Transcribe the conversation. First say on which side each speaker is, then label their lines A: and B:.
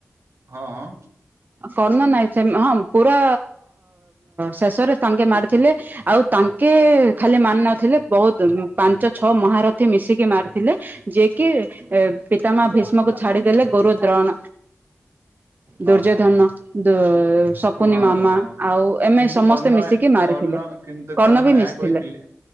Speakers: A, on the right; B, on the right.
A: ହଁ ହଁ।
B: କର୍ଣ୍ଣ ନାଇଁ ସେ ହଁ ପୁରା ଶେଷରେ ତାଙ୍ଗେ ମାରିଥିଲେ। ଆଉ ତାଙ୍କେ ଖାଲି ମାନିନଥିଲେ ବହୁତ ପାଞ୍ଚ ଛଅ ମହାରଥୀ ମିଶିକି ମାରିଥିଲେ। ଯିଏ କିି ପିତା ମହ ଭୀଷ୍ମ କୁ ଛାଡିଦେଲେ ଗୁରୁ ଦ୍ରୋଣ ଦୁର୍ଯ୍ୟୋଧନ
A: ହଁ
B: ଦୁ ସକୁୁନି
A: ହଁ ହଁ
B: ମାମା
A: ହଁ
B: ଆଉ ଏମ୍
A: କିନ୍ତୁ
B: ସମସ୍ତେ
A: କର୍ଣ୍ଣ
B: ମିଶିକି ମାରିଥିଲେ
A: କର୍ଣ୍ଣ କିନ୍ତୁ
B: କର୍ଣ୍ଣ ବି
A: ଏହା
B: ମିଶିଥିଲେ।
A: କହିଥିଲେ